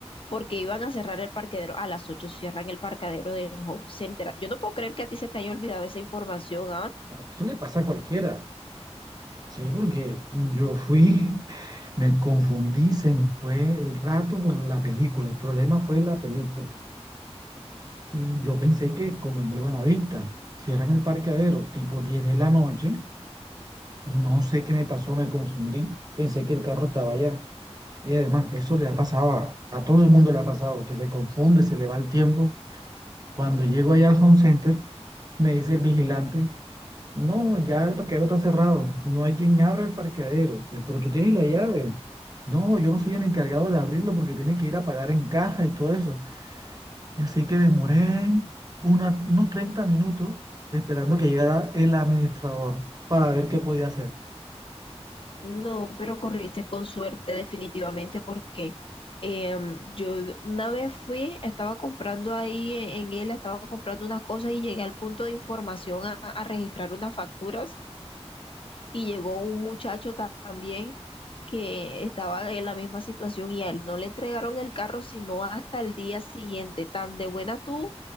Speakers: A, on the left (about 50°); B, on the right (about 35°).
A: porque iban a cerrar el parqueadero. A las 8 cierran el parqueadero del home center. Yo no puedo creer que a ti se te haya olvidado esa información, ¿ah?
B: Eso le pasa a cualquiera. Sí, porque yo fui, <laughs> me confundí, se me fue el rato por la película. El problema fue la película. Y yo pensé que, como en el Buenavista, cierran el parqueadero tipo 10 de la noche y no sé qué me pasó, me confundí. Pensé que el carro estaba allá. Y además, eso le ha pasado a, a todo el mundo, le ha pasado, que se confunde, se le va el tiempo Cuando llego ahí al home center, me dice el vigilante, no, ya el parqueadero está cerrado, no hay quien abra el parqueadero, "Eh, pero tú tienes la llave. No, yo no soy el encargado de abrirlo porque tiene que ir a pagar en caja y todo eso. Y así que demoré una- unos 30 minutos esperando que llegara el administrador para ver qué podía hacer.
A: No, pero corriste con suerte definitivamente porque em, yo una vez fui, estaba comprando ahí en, en él, estaba comprando unas cosas y llegué al punto de información a, a registrar unas facturas y llegó un muchacho ta- también que estaba en la misma situación y a él no le entregaron el carro sino hasta el día siguiente. Tan de buena tú